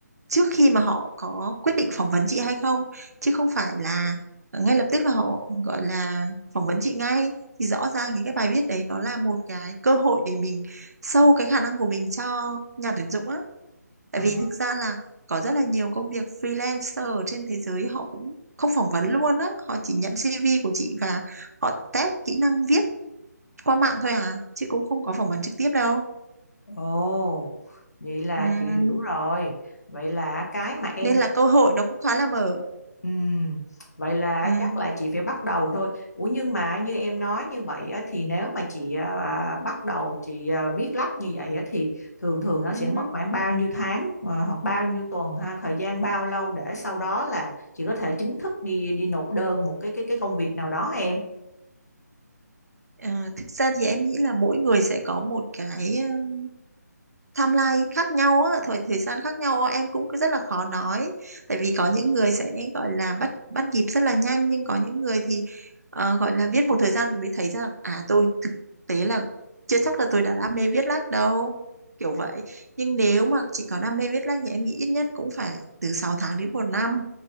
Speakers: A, on the right; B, on the left.
A: trước khi mà họ có quyết định phỏng vấn chị hay không chứ không phải là ngay lập tức là họ gọi là phỏng vấn chị ngay thì rõ ràng thì cái bài viết đấy nó là một cái cơ hội để mình show cái khả năng của mình cho nhà tuyển dụng á tại
B: à
A: vì thực ra là có rất là nhiều công việc freelancer ở trên thế giới họ cũng không phỏng vấn luôn á họ chỉ nhận CV của chị và họ test kỹ năng viết qua mạng thôi à chứ cũng không có phỏng vấn trực tiếp đâu
B: ồ vậy là
A: Ừm,
B: chị hiểu rồi vậy là cái mà em
A: nên là cơ hội nó cũng khá là mở
B: Ừm, vậy là
A: Ừm,
B: chắc là chị phải bắt đầu thôi. Ủa nhưng mà như em nói như vậy á, thì nếu mà chị à, bắt đầu chị à, viết lách như vậy á, thì thường thường nó sẽ
A: ừm.
B: mất khoảng bao nhiêu tháng à, hoặc bao nhiêu tuần ha, thời gian bao lâu để sau đó là chị có thể chính thức đi đi nộp đơn một cái cái cái công việc nào đó hả em?
A: Ờ, thực ra thì em nghĩ là mỗi người sẽ có một cái um, timeline khác nhau á, thời thời gian khác nhau á, em cũng cứ rất là khó nói. Tại vì có những người sẽ gọi là bắt bắt nhịp rất là nhanh nhưng có những người thì ờ, gọi là viết một thời gian thì mới thấy ra à tôi thực tế là chưa chắc là tôi đã đam mê viết lách đâu. Kiểu vậy. Nhưng nếu mà chị có đam mê viết lách thì em nghĩ ít nhất cũng phải từ 6 tháng đến một năm